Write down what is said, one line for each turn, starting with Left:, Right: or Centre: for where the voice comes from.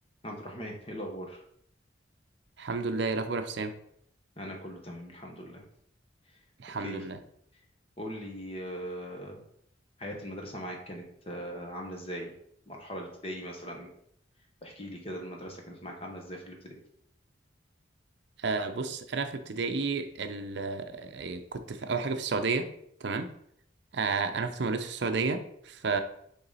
Left: عبد الرحمن ايه الاخبار
Right: الحمد لله ايه الاخبار يا حسام
Left: انا كله تمام الحمد لله
Right: الحمد
Left: اوكي
Right: لله
Left: قول لي آه، حياة المدرسة معاك كانت آه، عاملة ازاي المرحلة الابتدائية مثلا احكي لي كده المدرسة كانت معاك عاملة ازاي في الابتدائي
Right: آه بص انا في ابتدائي ال... آه، كنت في اول حاجه في السعوديه تمام آه انا كنت مولود في السعوديه ف